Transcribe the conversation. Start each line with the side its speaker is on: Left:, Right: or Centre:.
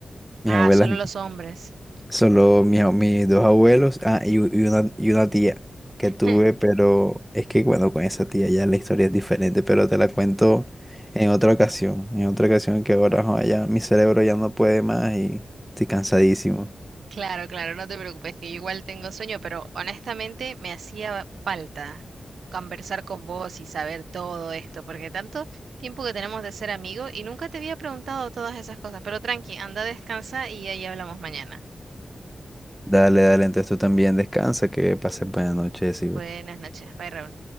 Centre: Mis
Right: Ah,
Centre: abuelas
Right: solo los hombres.
Centre: Solo mis, a- mis dos abuelos, ah, y, u- y una, y una tía que
Right: <laughs>
Centre: tuve, pero es que bueno, con esa tía ya la historia es diferente, pero te la cuento en otra ocasión, en otra ocasión que ahora joa, ya mi cerebro ya no puede más y estoy cansadísimo.
Right: Claro, claro, no te preocupes, que yo igual tengo sueño, pero honestamente me hacía falta conversar con vos y saber todo esto, porque tanto tiempo que tenemos de ser amigos y nunca te había preguntado todas esas cosas, pero tranqui, anda, descansa y ahí hablamos mañana.
Centre: Dale, dale, entonces tú también descansa, que pases buenas noches, y
Right: Buenas noches, bye Raúl.